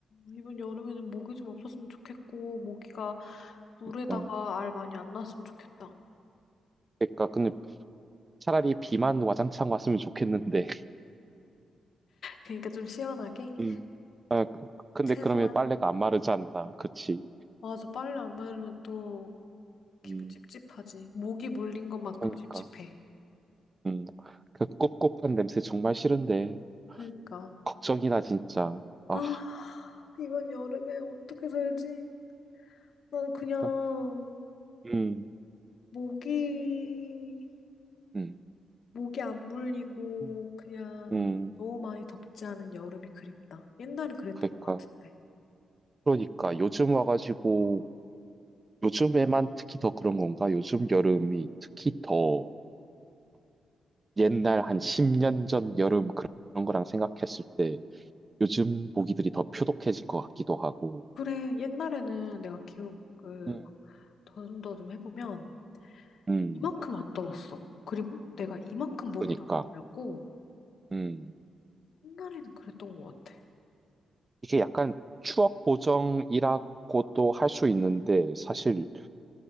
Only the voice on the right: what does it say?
그니까,
그니까, 근데 차라리 비만 와장창 왔으면 좋겠는데. <laughs>
음. 아, 그- 그, 근데
그러면 빨래가 안 마르잖아. 그치?
음,
그니까.
음, 그 꿉꿉한 냄새 정말 싫은데.
걱정이다, 진짜. 아,
그니까. 음,
음,
음,
음,
그니까.
그러니까 요즘 와가지고 요즘에만 특히 더 그런 건가? 요즘 여름이 특히 더 옛날 한 10년 전 여름 그런 거랑 생각했을 때 요즘 모기들이 더 표독해진 것 같기도 하고.
음.
음,
그러니까.
음,
이게 약간 추억 보정이라고도 할 수 있는데 사실